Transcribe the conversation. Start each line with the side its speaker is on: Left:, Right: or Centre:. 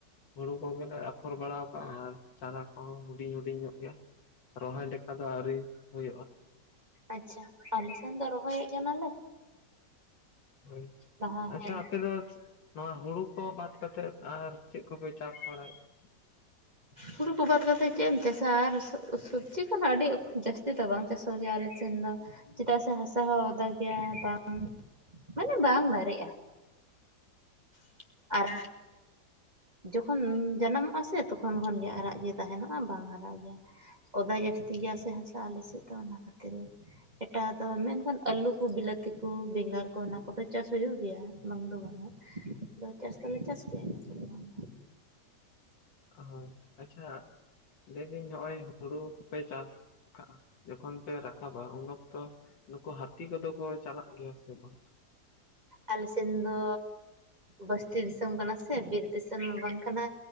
Left: ᱦᱩᱲᱩ ᱠᱚᱜᱮᱞᱮ ᱟᱯᱷᱚᱨ ᱵᱟᱲᱟ ᱠᱟᱜᱼᱟ ᱟᱨ ᱪᱟᱨᱟ ᱠᱚᱦᱚᱸ ᱦᱩᱰᱤᱧ ᱦᱩᱰᱤᱧ ᱧᱚᱜ ᱜᱮᱭᱟ᱾ ᱨᱚᱦᱚᱭ ᱞᱮᱠᱟ ᱫᱚ ᱟᱹᱣᱨᱤ ᱦᱩᱭᱩᱜᱼᱟ᱾
Right: ᱟᱪᱪᱷᱟ ᱟᱞᱮ ᱥᱮᱱ ᱫᱚ ᱨᱚᱦᱚᱭᱮᱫ ᱠᱟᱱᱟᱞᱮ᱾
Left: ᱦᱳᱭ
Right: ᱞᱟᱦᱟ
Left: ᱟᱪᱪᱷᱟ
Right: ᱦᱮᱸ
Left: ᱟᱯᱮ ᱫᱚ ᱱᱚᱣᱟ ᱦᱩᱲᱩ ᱠᱚ ᱵᱟᱫ ᱠᱟᱛᱮᱫ ᱟᱨ ᱪᱮᱫ ᱠᱚᱯᱮ ᱪᱟᱥ ᱵᱟᱲᱟᱭᱮᱫ? <inaudible>
Right: ᱦᱩᱲᱩ ᱠᱚ ᱵᱟᱫ ᱠᱟᱛᱮᱫ ᱪᱮᱫ ᱮᱢ ᱪᱟᱥᱟ ᱟᱨ ᱥᱚᱵᱽᱡᱤ ᱠᱚᱱᱟᱜ ᱟᱹᱰᱤ ᱡᱟᱹᱥᱛᱤ ᱫᱚ ᱵᱟᱝ ᱪᱟᱥᱚᱜ ᱜᱮᱭᱟ ᱟᱞᱮ ᱥᱮᱱ ᱫᱚ᱾ ᱪᱮᱫᱟᱜ ᱥᱮ ᱦᱟᱥᱟ ᱦᱚᱸ ᱚᱫᱟ ᱜᱮᱭᱟ᱾ ᱵᱟᱝ ᱢᱟᱱᱮ ᱵᱟᱝ ᱫᱟᱨᱮᱜᱼᱟ᱾ <unintelligible> ᱟᱨ ᱡᱚᱠᱷᱚᱱ ᱡᱟᱱᱟᱢ ᱯᱟᱥᱮ ᱛᱚᱠᱷᱚᱱ ᱠᱷᱚᱱᱜᱮ ᱨᱟᱜ ᱜᱮ ᱛᱟᱦᱮᱱᱚᱜᱼᱟ ᱵᱟᱝ ᱦᱟᱨᱟᱜ ᱜᱮᱭᱟ᱾ ᱚᱫᱟ ᱡᱟᱹᱥᱛᱤ ᱜᱮᱭᱟ ᱥᱮ ᱦᱟᱥᱟ ᱟᱞᱮ ᱥᱮᱫ ᱫᱚ ᱚᱱᱟ ᱠᱷᱟᱹᱛᱤᱨ᱾ ᱮᱴᱟᱜ ᱫᱚ ᱢᱮᱱᱠᱷᱟᱱ ᱟᱹᱞᱩ ᱠᱚ ᱵᱤᱞᱟᱹᱛᱤ ᱠᱚ ᱵᱮᱸᱜᱟᱲ ᱠᱚ ᱚᱱᱟ ᱠᱚᱫᱚ ᱪᱟᱥ ᱦᱩᱭᱩᱜ ᱜᱮᱭᱟ ᱵᱟᱝ ᱫᱚ ᱵᱟᱝᱟ ᱾ ᱟᱫᱚ ᱪᱟᱥ ᱫᱚᱞᱮ ᱪᱟᱥ ᱜᱮᱭᱟ ᱤᱱᱟᱹ ᱠᱚᱫᱚ ᱵᱟᱝ
Left: ᱦᱳᱭ ᱟᱪᱪᱷᱟ ᱞᱟᱹᱭᱫᱟᱹᱧ ᱱᱚᱜ ᱚᱭ ᱦᱩᱲᱩ ᱠᱚᱯᱮ ᱪᱟᱥ ᱡᱚᱠᱷᱚᱱ ᱯᱮ ᱨᱟᱠᱟᱵᱟ ᱩᱱ ᱚᱠᱛᱚ ᱱᱩᱠᱩ ᱦᱟᱹᱛᱤ ᱠᱚᱫᱚ ᱠᱚ ᱪᱟᱞᱟᱜ ᱜᱮᱭᱟ ᱥᱮ ᱵᱟᱝ
Right: ᱟᱞᱮ ᱥᱮᱱ ᱫᱚ ᱵᱟᱥᱛᱤ ᱫᱤᱥᱚᱢ ᱠᱟᱱᱟ ᱥᱮ, ᱵᱤᱨ ᱫᱤᱥᱚᱢ ᱵᱟᱝ ᱠᱟᱱᱟ᱾